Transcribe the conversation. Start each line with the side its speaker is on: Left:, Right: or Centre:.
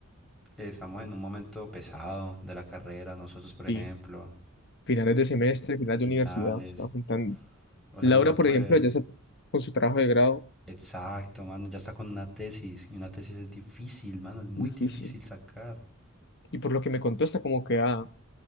Centre: estamos en un momento pesado de la carrera, nosotros, por
Left: Sí,
Centre: ejemplo,
Left: finales de semestre, finales
Centre: finales,
Left: de universidad, se están juntando.
Centre: o
Left: Laura,
Centre: sea, uno no
Left: por
Centre: puede...
Left: ejemplo, ella está con su trabajo de grado,
Centre: Exacto, mano, ya está con una tesis y una tesis es difícil, mano, es muy
Left: difícil.
Centre: difícil sacar.
Left: Y por lo que me contó, está como queda,